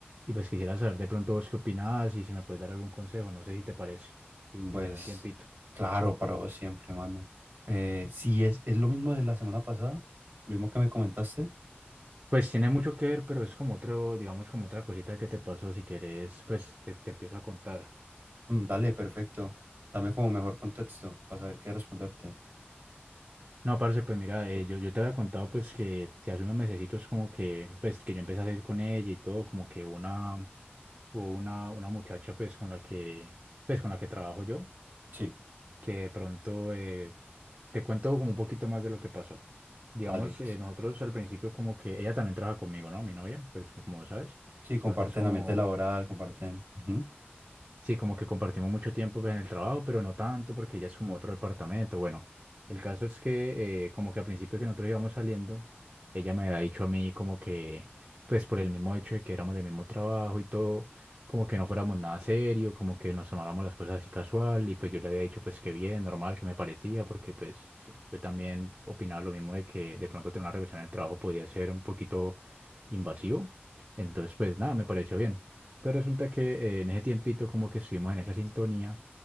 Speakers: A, on the right; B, on the right.
A: Y pues quisiera saber de pronto vos qué opinás y si me puedes dar algún consejo, no sé si te parece, si, si
B: Pues
A: tenés un tiempito.
B: claro, para vos siempre, mano. Eh, si es, es lo mismo de la semana pasada, lo mismo que me comentaste,
A: Pues tiene mucho que ver, pero es como otro, digamos, como otra cosita que te pasó. Si querés, pues te, te empiezo a contar.
B: Mm, dale, perfecto. Dame como mejor contexto para saber qué responderte.
A: No, parce, pues mira, eh, yo, yo te había contado pues que, que hace unos mesecitos como que, pues que yo empecé a salir con ella y todo, como que una, hubo una, una muchacha pues con la que, pues con la que trabajo yo,
B: Sí,
A: que de pronto eh, te cuento como un poquito más de lo que pasó. Digamos,
B: dale.
A: eh, nosotros al principio como que ella también trabaja conmigo, ¿no? Mi novia, pues como sabes.
B: Sí, comparten
A: Entonces como
B: ambiente laboral, comparten. Ujú.
A: Sí, como que compartimos mucho tiempo pues, en el trabajo, pero no tanto porque ella es como otro departamento. Bueno, el caso es que eh, como que al principio que nosotros íbamos saliendo, ella me había dicho a mí como que, pues por el mismo hecho de que éramos del mismo trabajo y todo, como que no fuéramos nada serio, como que nos tomáramos las cosas así casual y pues yo le había dicho pues que bien, normal, que me parecía, porque pues yo también opinaba lo mismo de que de pronto tener una relación en el trabajo podía ser un poquito invasivo. Entonces pues nada, me pareció bien. Pues resulta que eh, en ese tiempito como que estuvimos en esa sintonía,